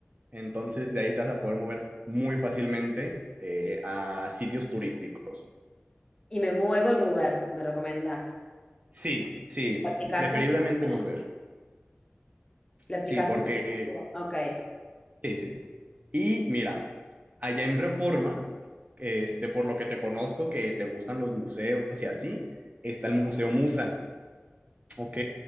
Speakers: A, on the right; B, on the left.
A: entonces de ahí te vas a poder mover muy fácilmente eh, a sitios turísticos.
B: Y me muevo en Uber, me recomendás.
A: Sí, sí,
B: La aplicación
A: preferiblemente
B: funciona.
A: en Uber,
B: La aplicación
A: sí, porque...
B: funciona. Ok.
A: Sí, sí. Y mira, allá en Reforma, este, por lo que te conozco, que te gustan los museos y así, está el Museo Musa, ¿ok?